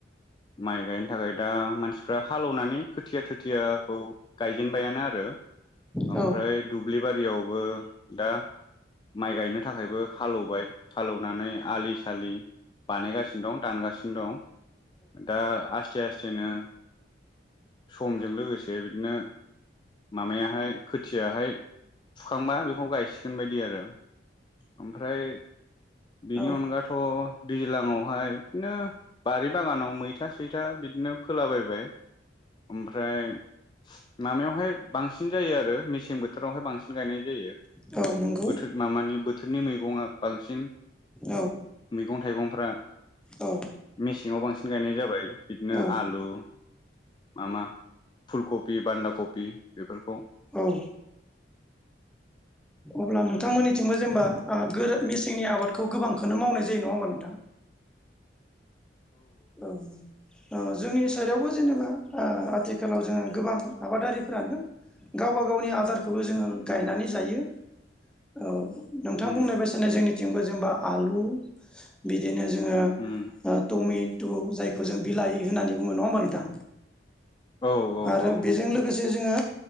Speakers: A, on the left; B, in the centre.
A: माइ गायनो थाखाय दा मानसिफ्रा हालौवनानै खोथिया थोथियाखौ गायजेनबायानो आरो । ओमफ्राय
B: औ
A: दुब्लिबारियावबो दा माइ गायनो थाखायबो हालौवबाय हालेवनानै आलि स आलि बानायगासिनो दं दानगासिनो दं दा आसथे आस थेनो समजों लोगोसे बिदनो मामायाहाय खोथियाहाय फुखांबा बेखौ गायसिगोन बायदि आरो। ओमफ्राय बिनि
B: औ
A: अनगाथ' दैलांङाव <unintelligible> नो बारि बागानाव मैथा सैथा बिदनो फोलाबायबाय ओमफ्राय मामायावहाय बांसिन जायो आरो मेसें बो थ थोरावहाय बांसिन गायनाय जायो
B: औ नंगौ
A: बोथोर मामानि बोथोरनि मैगंआ बांसिन
B: औ
A: मैगं थाइगंफ्रा
B: औ
A: मेसेंआव बांसिन गायनाय जाबाय बिदनो
B: औ
A: आलु मा मा फुल खपि बान्दा कपि बेफोरखौ
B: औ अब्ला नोंथांमोननिथिंबो जेमबा ओ गोरो मेसेंनि आबाद खौ गोबांखोनो मावनाय जायो नङा होमबा नोंथां? औ ओ जोंनि स साइदआवबो जेनेबा ओ आथिखालाव जोङो गोबां आबादारिफ्रानो गावबा गावनि आदार खौबो जोङो
A: उम
B: गायनानै जायो औ नोंथां
A: उम
B: बुंनाय बायसानो जोंनि थिंबो जेमबा आलु बिदिनो जोङो
A: उम
B: ओ टमे टु जायखौ जों बिलाइ होननानै बुङो नङा होमबा नोंथां
A: औ
B: आरो
A: औ
B: बेजों लोगोस से जोङो